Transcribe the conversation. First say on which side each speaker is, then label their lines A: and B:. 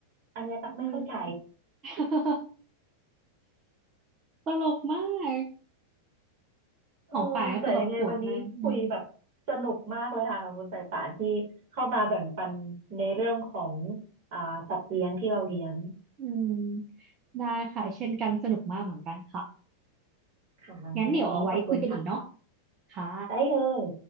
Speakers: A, on the right; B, on the right.
A: อันเนี้ยตักไม่เข้าใจ
B: อืม <laughs> ตลกมาก
A: เออแต่ยังไงวันนี้คุยแบบสนุกมากเลยค่ะขอบคุณสายป่านที่เข้ามาแบ่งปันในเรื่องของ
B: ของป่ายก็คือแบบโหดมากอืม
A: อ่าสัตว์เลี้ยงที่เราเลี้ยง
B: อืมได้ค่ะเช่นกันสนุกมากเหมือนกันค่ะ
A: ค่ะ
B: งั้นเดี๋ยวเอาไว้คุยกันอีกเนาะ
A: วันนี้ขอบคุณค่ะ
B: ค่ะ
A: ได้เลย